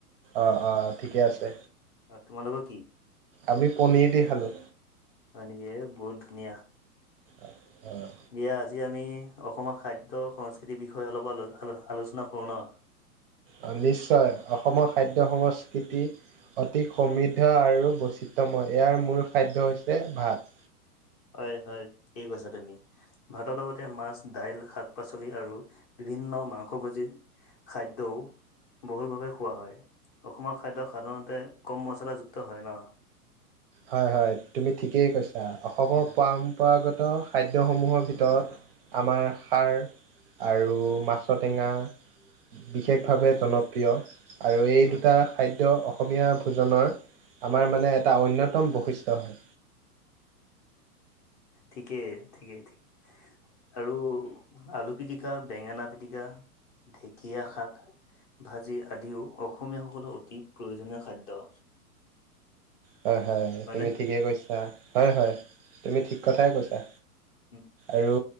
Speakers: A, on the right; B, on the left.
A: অঁ, অঁ, ঠিকে আছে।
B: তোমালোকৰ কি?
A: আমি পনীৰ দি খালোঁ।
B: হ'য় নেকি? বহুত ধুনীয়া।
A: অঁ, অঁ
B: দিয়া আজি আমি অসমৰ খাদ্য সংস্কৃতিৰ বিষয়ে অলপ আলো আলো আলোচনা কৰোঁ ন'?
A: অঁ, নিশ্চয় অসমৰ খাদ্য সংস্কৃতি অতি সমৃদ্ধ আৰু বৈচিত্ৰময়। ইয়াৰ মূল খাদ্য হৈছে ভাত।
B: হ'য়, হ'য়, ঠিকেই কৈছা তুমি। ভাতৰ লগতে মাছ, দাইল, শাক- পাচলি আৰু বিভিন্ন মাংসভোজী খাদ্যওঁ বহুলভাৱে খোৱা হ'য়, অসমৰ খাদ্য সাধাৰণতে কম মছলাযুক্ত হয় ন'?
A: হ'য়, হ'য় তুমি ঠিকেই কৈছা, অসমৰ
B: এ,
A: পৰম্পৰাগত খাদ্যসমূহৰ ভিতৰত আমাৰ খাৰ আৰু মাছৰ টেঙা বিশেষভাৱে জনপ্ৰিয় আৰু এই
B: উম
A: দুটা খাদ্য অসমীয়া ভোজনৰ আমাৰ মানে, এটা অন্যত ন্যতম বৈশিষ্ট্য হ'য়
B: ঠিকে, ঠিকে, ঠিক্‌ আৰু আলু পিটিকা, বেঙেনা পিটিকা, ঢেকীয়া শাক ভাজি আদিও অসমীয়াসকলৰ অতি প্ৰয়োজনীয় খাদ্য।
A: হ'য়, হ'য়,
B: হয়নে
A: তুমি ঠিকেই কৈছা। হ'য়, হ'য় তুমি ঠিক্‌ কথাই কৈছা।
B: উম
A: আৰু